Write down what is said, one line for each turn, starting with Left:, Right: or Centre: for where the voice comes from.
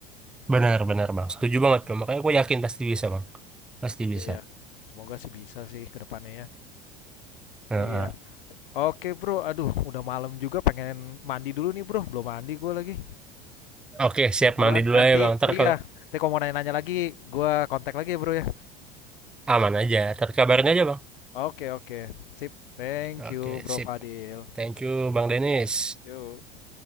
Centre: benar-benar bang. Setuju banget tuh. Makanya gue yakin pasti bisa bang. Pasti bisa.
Left: Iya. Semoga sih bisa sih ke depannya ya.
Centre: Heeh.
Left: Iya. Oke, Bro. Aduh, udah malam juga pengen mandi dulu nih, Bro. Belum mandi gue lagi.
Centre: Oke
Left: Kebetulan
Centre: siap mandi dulu
Left: nanti
Centre: aja bang. Ntar
Left: iya,
Centre: kalau
Left: nanti kalau mau nanya-nanya lagi gue kontak lagi ya, Bro ya.
Centre: aman aja. Ntar kabarin aja bang.
Left: Oke, oke. Sip. Thank
Centre: Oke
Left: you, Bro
Centre: sip.
Left: Fadil.
Centre: Thank you Bang Denis.
Left: Yuk.